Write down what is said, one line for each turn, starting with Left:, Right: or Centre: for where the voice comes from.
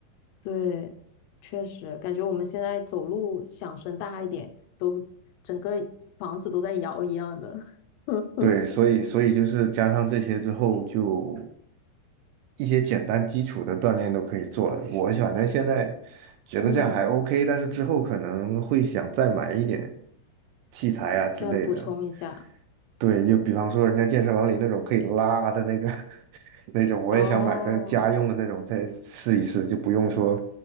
Left: 对，确实感觉我们现在走路响声大一点，都整个房子都在摇一样的。<laughs>
Right: 对，所以所以就是加上这些之后，就一些简单基础的锻炼都可以做了。我反正现在觉得这样还
Left: 嗯，
Right: OK，但是之后可能会想再买一点器材啊之类的。
Left: 再补充一下。
Right: 对，就比方说人家健身房里那种可以拉的那个 <laughs> 那种，我也想买个家用的那种再试一试，
Left: 哦，
Right: 就不用说